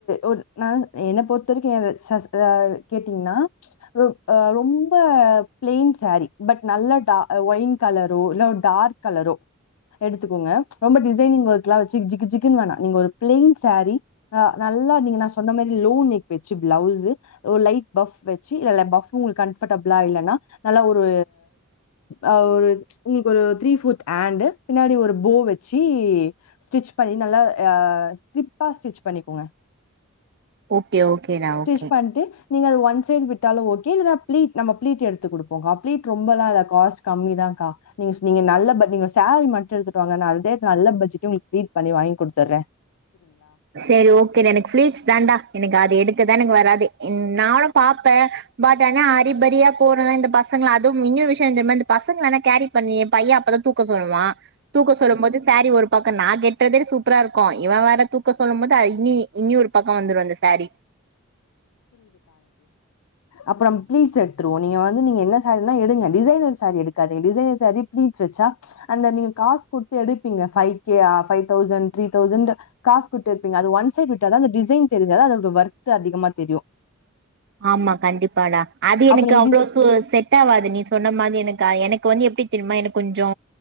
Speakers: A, on the left; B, on the right.
A: ஒரு நா என்ன பொறுத்த வெரிக்கு சஸ் அ கேட்டீங்ன்னா ரெ அ ரொம்ப பிளேன் சேரி பட் நல்ல டா ஒயின் கலரோ இல்ல டார்க் கலரோ எடுத்துக்கோங்க ரொம்ப டிசைனிங் ஒர்க்லா வெச்சி ஜகு ஜிக் குன் வேணா நீங்க ஒரு பிளேன் சேரி அ நல்லா நீங்க நா சொன்ன மாரி லோ நெக் வெச்சி பிளவுஸு ஒரு லைட் பஃப் வெச்சி இல்லல பஃப்ஃபு உங்குளுக் கம்ஃபர்டபளா இல்லன்னா நல்லா ஒரு அ ஒரு உங்ளுக் ஒரு த்ரீ போர்த் ஹண்டு பின்னாடி ஒரு போ வெச்சி ஸ்டிச் பண்ணி நல்லா அ ஸ்ட்ரிப்பா ஸ்டிச் பண்ணிக்கோங்க
B: ஓகே ஓகேடா
A: ஸ்டிச்
B: ஓகே
A: பண்ட்டு நீங்க அது ஒன் சைட் விட்டாலு ஓகே இல்ல பிளீட் நம்ப பிளீட் எடுத் து குடுப்போங்க ப்ளீட் ரொம்பலா இல்ல காஸ்ட் கம்மி தா கா நீங்க சு நீங்க நல்ல பட் நீங்க சேரி மட் டு எடுத்துட்டுவாங்க நா அத நல்ல பட்ஜெட்ல உங்ளுக் ப்ளீட் பண்ணி வாங்கி குடுத்துற்ற
B: செரி ஓகேடா எனக்கு ஃபீளீட்ஸ் தாண்டா எனக்கு அது எடுக்கத் தா எனக்கு வராது நானு பாப்ப பட் ஆனா அரிபரியா போறத இந்த பசங்களா அதும் மிங்கிள் விஷயோ என்த் தெரியுமா பசங்கள எல்லா கேரி பண்ணி பைய அப்பதா தூக்க சொல்வா தூக்க சொல்லும் போது சேரி ஒரு பக்கோ நா கெட்றதே சூப்பராருக்கோ இவ வேற தூக் க இனி இன்னி ஒரு பக்கோ‌ வந்துரு அந்த சேரி
A: அப்றம் பிளீட்ஸ் எடுத்ருவோ நீங்க வந்து நீங்க என்ன சேரீனா எடுங்க டிசைனர் சேரி எடுக்காதீங்க டிசைனர் சேரி பிளீட்ஸ் வெச்சா அந்த நீங்க காஸ் குடுத்து எடுப்பீங்க five K five thousand three thousand cos குடுத்து எடுப்பீங்க அது ஒன் சைட் விட்டாத அந்த டிசைன் தெரிது அதா அதோட ஒர்த்து அதிகமா தெரியு
B: ஆமா கண்டிப்பாடா அது எனக்கு
A: அப்ப நீங்க
B: அவ்ளோ சு செட் ஆவாது நீ சொன்ன மாரி எனக்கு எனக் கு வந்து எப்டி தெரிமா எனக் கொஞ்சோ